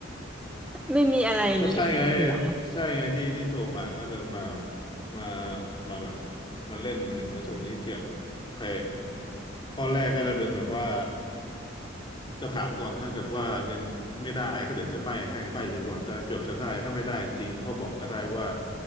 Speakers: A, in the centre; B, on the left.
A: ไม่มีอะไรอย่างนี้อยู่ในหัว
B: ก็ใช่ไงใช่ไงที่ที่โทรมาก็จะมามามาแบบมาเล่นเห็นว่าช่วงนี้เกียดโอเคข้อแรกก็จะเป็นแบบว่าจะถามก่อนถ้าเกิดว่ายังไม่ได้ก็เดี๋ยวจะใบ้ให้ใบ้จนกว่าจะเกือบจะได้ถ้าไม่ได้จริงก็บอกก็ได้ว่า